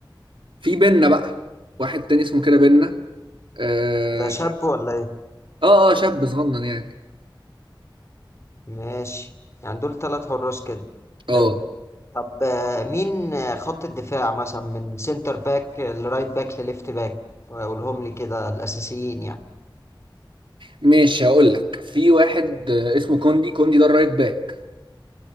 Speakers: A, on the right; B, on the left.
A: في بينا بقى واحد تاني اسمه كده بينا اه
B: ده شاب ولا ايه
A: اه آه، شاب صغنن يعني
B: ماشي يعني دول تلات حراس كده
A: اه
B: حلو طب آه، مين آه، خط الدفاع مثلا من سنتر باك لرايت باك لليفت باك اقولهم لي كده الاساسيين يعني
A: ماشي هقول لك في واحد آه، اسمه كوندي كوندي ده الرايت باك